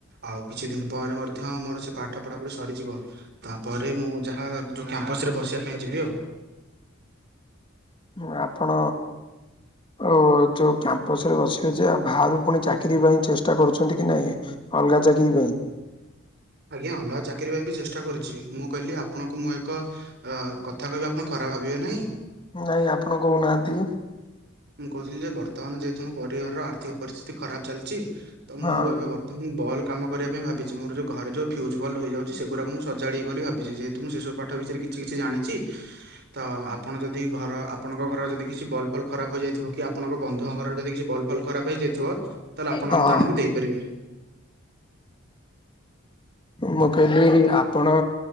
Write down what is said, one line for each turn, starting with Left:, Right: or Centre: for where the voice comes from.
Right: ଆଉ କିଛି ଦିନି ପରେ ମଧ୍ୟ ମୋର ସେ ପାଠ ପଢ଼ାପଢ଼ି ସରିଯିବ ତାପରେ ମୁଁ ଯାହା ଯୋଉ କ୍ୟାମ୍ପସ ରେ ବସିବା ପାଇଁ ଯିବି ଆଉ।
Left: ନେ ଆପଣ ଓ ଯୋଉ କ୍ୟାମ୍ପସ୍ ରେ ବସିବେ ଯେ ଆଉ ଭାରୁ ପୁଣି ଚାକିର ପାଇଁ ଚେଷ୍ଟା କରୁଛନ୍ତି କି ନାଇଁ? ଅଲଗା ଚାକିରି ପାଇଁ।
Right: ଆଜ୍ଞା ଅଲଗା ଚାକିରି ପାଇଁ ବି ଚେଷ୍ଟା କରୁଚି ମୁଁ କଇଲି ଆପଣଙ୍କୁ ମୁଁ ଏକ ଅ କଥା କହିବି ଆପଣ ଖରାପ ଭାବିବେ ନାହିଁ?
Left: ନାଇଁ ଆପଣ କହୁନାହାନ୍ତି।
Right: ମୁଁ କହୁଥିଲି ଯେ ବର୍ତ୍ତମାନ ଯେହେତୁ ମୋ ପରିବାରର ଆର୍ଥିକ ପରିସ୍ଥିତି ଖରାପ ଚାଲିଚି ତ ମୁଁ
Left: ହଁ
Right: ଏବେ ବର୍ତ୍ତନ୍ଜି ବଲ୍ କାମ କରିବା ପାଇଁ ଭାବିଚି ମୋର ଯୋଉ ଘରେ ଯୋଉ ଫ୍ୟୁଜ୍ ବଲ୍ ହୋଇଯାଉଚି ସେଗୁରାକୁ ମୁଁ ସଜାଡ଼ିବି ବୋଲି ଭାବିଚି ଯେହେତୁ ମୁଁ ସେସବୁ ପାଠ ବିିଷୟରେ କିଛି କିଛି ଜାଣିଚି ତ ଆପଣ ଯଦି ଘର ଆପଣଙ୍କ ଘର ଯଦି କି ଛି ବଲ୍ ଫଲ୍ ଖରାପ ହୋଇଯାଇଥିବ କି ଆପଣଙ୍କ ବନ୍ଧୁଙ୍କ ଘରର ଯଦି କିଛି ବଲ୍ ଫଲ୍ ଖରାପ ହେଇଯାଇଥିବ ତାହେଲେ ଆପଣ
Left: ହଁ
Right: ମତେ ଆଣିକି ଦେଇ ପାରିବେ।
Left: ମୁଁ କହିଲି ଆପଣ